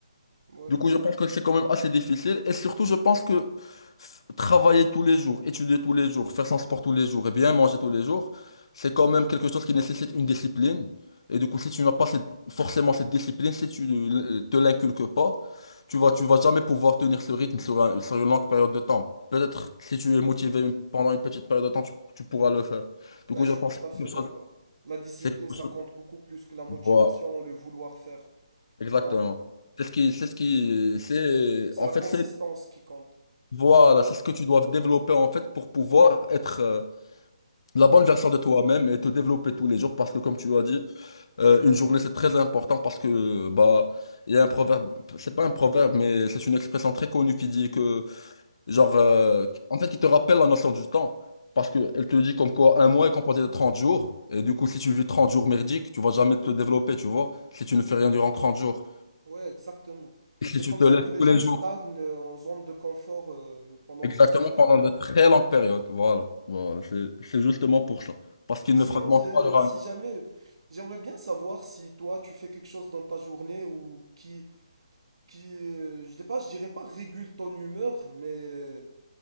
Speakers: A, on the right; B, on the left.
A: Ouais,
B: Du coup, je pense que c'est quand même assez difficile. Et surtout, je pense que f- travailler tous les jours, étudier tous les jours, faire son sport tous les jours et bien manger tous les jours, c'est quand même quelque chose qui nécessite une discipline. Et du coup, si tu n'as pas cette- forcément cette discipline, si tu ne euh, te l'inculques pas, tu vas, tu vas jamais pouvoir tenir ce rythme sur, un- sur une longue période de temps. Peut-être si tu es motivé une- pendant une petite période de temps, tu, tu pourras le faire. Du
A: ouais,
B: coup,
A: je
B: je pense
A: suis tout
B: que
A: à fait
B: c'est quelque
A: d'accord.
B: chose-
A: La discipline,
B: c'est quelque
A: ça
B: chose-
A: compte beaucoup plus que la motivation,
B: Voilà,
A: le vouloir faire.
B: exactement.
A: Hein,
B: C'est ce qui, c'est ce qui, c'est,
A: c'est
B: en
A: la
B: fait,
A: consistance
B: c'est
A: qui compte.
B: Voilà, c'est ce que tu dois développer en fait pour pouvoir être euh, la bonne version de toi-même et te développer tous les jours parce que comme tu as dit, euh, une journée c'est très important parce que bah il y a un proverbe, c'est pas un proverbe mais c'est une expression très connue qui dit que genre euh, en fait qui te rappelle la notion du temps parce que elle te dit comme quoi un mois est composé de 30 jours et du coup si tu vis 30 jours merdiques, tu vas jamais te développer, tu vois, si tu ne fais rien durant 30 jours.
A: Ouais, exactement.
B: Et si
A: C'est
B: tu
A: comme
B: te
A: ça
B: lèves
A: que les
B: tous
A: gens
B: les
A: stagnent
B: jours
A: euh, en zone de confort euh, pendant
B: Exactement
A: des années.
B: pendant de très longues périodes. Voilà, voilà, c'est c'est justement pour ça. Parce qu'il
A: Sinon,
B: ne fragmente
A: je-
B: pas le RAM.
A: si jamais, j'aimerais bien savoir si toi tu fais quelque chose dans ta journée ou qui, qui, euh, je sais pas, je dirais pas régule ton humeur, mais